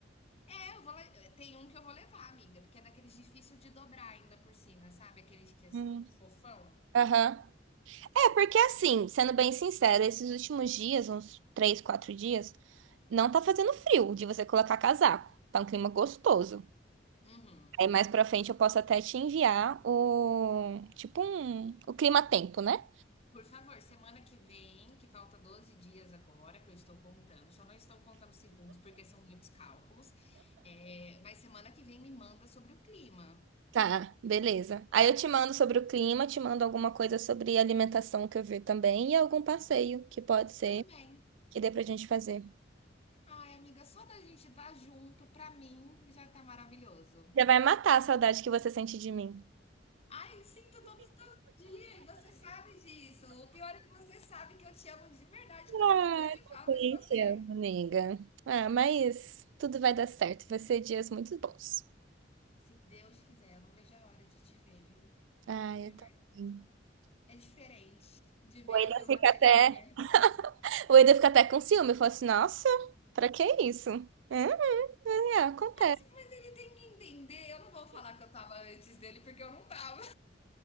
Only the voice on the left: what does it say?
É, eu vou, le- tem um que eu vou levar, amiga, porque é daqueles difícil de dobrar ainda por cima, sabe? Aqueles que é
fofão.
Uhum.
Por favor, semana que vem, que falta 12 dias agora, que eu estou contando, só não estou contando segundos porque são muitos cálculos, é, mas semana que vem me manda sobre o clima.
Tudo bem.
Ai, amiga, só da gente estar junto, pra mim, já tá maravilhoso.
Ai, sinto todo, todo dia, e você sabe disso. O pior é que você sabe que eu te amo de verdade, que eu
sinto muita falta
de você.
Se Deus quiser, eu não vejo a hora de te ver, viu?
De verdade.
É diferente de ver
por uma
telinha.
Mas, mas ele tem que entender. Eu não vou falar que eu tava antes dele, porque eu não tava.